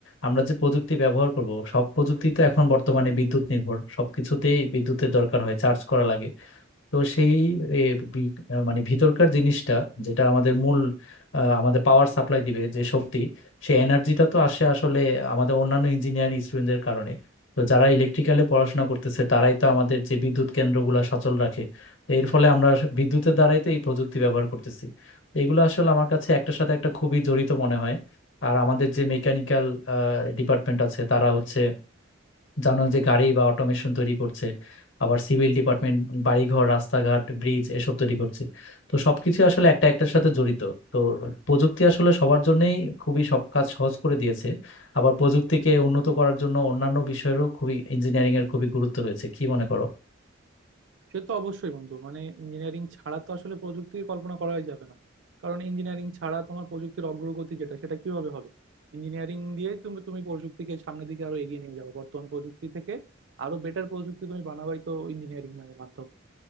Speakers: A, on the left; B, on the right.
A: আমরা যে প্রযুক্তি ব্যবহার করব সব প্রযুক্তি তো এখন বর্তমানে বিদ্যুৎ নির্ভর সবকিছুতেই বিদ্যুতের দরকার হয় চার্জ করা লাগে তো সেই এ, বি- আহ, মানে ভিতরকার জিনিসটা যেটা আমাদের মূল আহ, আমাদের পাওয়ার সাপ্লাই দিবে যে শক্তি সেই এনার্জিটা তো আসে আসলে আমাদের অন্যান্য ইঞ্জিনিয়ারিং স্টুডেন্টদের কারণে তো যারা ইলেকট্রিক্যালে পড়াশোনা করতেছে তারাই তো আমাদের যে বিদ্যুৎ কেন্দ্রগুলো সচল রাখে তো এর ফলে আমরা বিদ্যুতের দ্বারাই তো এই প্রযুক্তি ব্যবহার করতেছি তো এগুলো আসলে আমার কাছে একটার সাথে একটা খুবই জড়িত মনে হয় আর আমাদের যে মেকানিক্যাল ডিপার্টমেন্ট আছে তারা হচ্ছে জানো যে গাড়ি বা অটোমেশন তৈরি করছে আবার সিভিল ডিপার্টমেন্ট বাড়িঘর রাস্তাঘাট ব্রিজ এসব তৈরি করছে তো সবকিছু আসলে একটা একটার সাথে জড়িত তো প্রযুক্তি আসলে সবার জন্যই খুবই সব কাজ সহজ করে দিয়েছে আবার প্রযুক্তিকে উন্নত করার জন্য অন্যান্য বিষয়েরও খুবই ইঞ্জিনিয়ারিং এর খুবই গুরুত্ব রয়েছে কি মনে করো
B: সে তো অবশ্যই বন্ধু মানে ইঞ্জিনিয়ারিং ছাড়া তো আসলে প্রযুক্তিকে কল্পনা করাই যাবে না কারণ ইঞ্জিনিয়ারিং ছাড়া তোমার প্রযুক্তির অগ্রগতি যেটা সেটা কিভাবে হবে ইঞ্জিনিয়ারিং দিয়েই তুমি তুমি প্রযুক্তিকে সামনের দিকে আরো এগিয়ে নিয়ে যাবে বর্তমান প্রযুক্তি থেকে আরো বেটার প্রযুক্তি তুমি বানাবাই তো ইঞ্জিনিয়ারিং এর মাধ্যমে